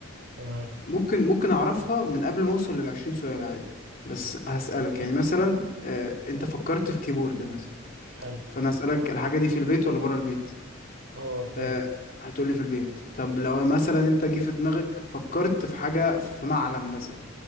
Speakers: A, on the right; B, on the left.
A: تمام
B: ممكن ممكن اعرفها من قبل ما اوصل لل 20 سؤال عادي بس هسألك يعني مثلا آه، انت فكرت في كيبورد مثلا
A: حلو
B: فانا هسألك الحاجة دي في البيت ولا بره البيت
A: اه فهمت
B: آه، هتقولي في البيت طب لو مثلا انت جه في دماغك فكرت في حاجة في معلم مثلا